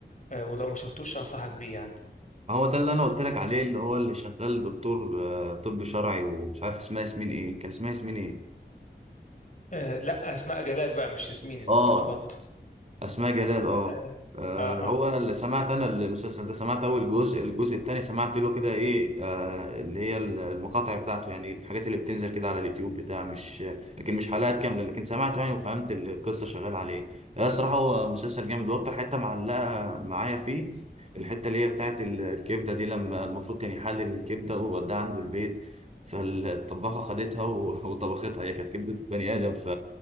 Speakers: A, on the left (about 45°); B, on the right (about 35°).
A: آه، ولو ما شفتوش أنصحك بيه يعني
B: ما هو ده اللي انا قلت لك عليه اللي هو اللي شغال دكتور آه، طب شرعي ومش عارف اسمها ياسمين ايه كان اسمها ياسمين ايه
A: آه لا اسماء جلال بقى مش ياسمين انت
B: اه
A: اتلخبطت
B: اسماء جلال اه
A: آه.
B: آه،
A: اه
B: هو
A: اه
B: اللي سمعت انا المسلسل ده سمعت اول جزء الجزء الثاني سمعت له كده ايه آه اللي هي المقاطع بتاعته يعني الحاجات اللي بتنزل كده على اليوتيوب بتاع مش لكن مش حلقات كامله لكن سمعت يعني وفهمت القصه شغاله على ايه آه، الصراحه هو مسلسل جامد واكتر حته معلقه معايا فيه الحته اللي هي بتاعت ال- الكبده دي لما المفروض كان يحلل الكبده ووداها عنده البيت فالطباخه خدتها و- <laughs> وطبختها هي كانت كبده بني ادم ف